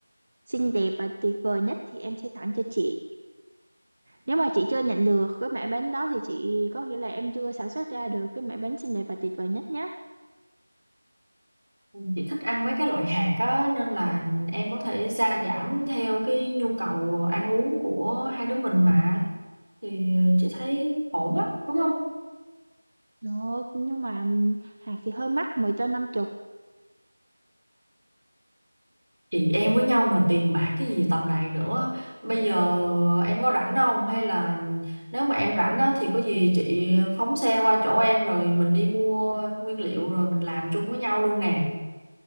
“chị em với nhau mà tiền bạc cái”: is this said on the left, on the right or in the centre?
Right